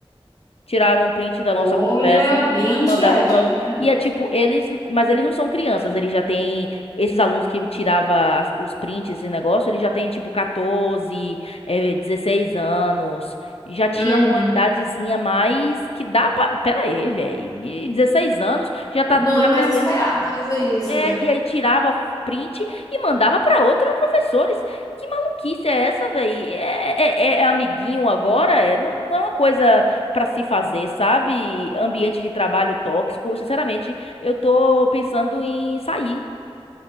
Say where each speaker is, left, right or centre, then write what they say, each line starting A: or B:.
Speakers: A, on the left; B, on the left.
A: tiraram um print da
B: Olha,
A: nossa conversa
B: bem
A: e
B: antiético,
A: mandava para os...
B: né?
A: E é tipo, eles, mas eles não são crianças, eles já têm esses alunos que tirava as- os prints esse negócio, eles já têm tipo 14, eh, 16 anos, já tinha
B: Uhum.
A: uma idadezinha mais que dá pra... Pera aí, velho, 16 anos já tá
B: Não
A: já
B: é mais
A: tá tendo
B: esperado fazer isso,
A: é,
B: né?
A: e aí tirava print e mandava pra outros professores. Que maluquice é essa, velho? É, é, é é amiguinho agora? É, não, não é uma coisa pra se fazer, sabe? Ambiente de trabalho tóxico. Sinceramente, eu tô pensando em sair.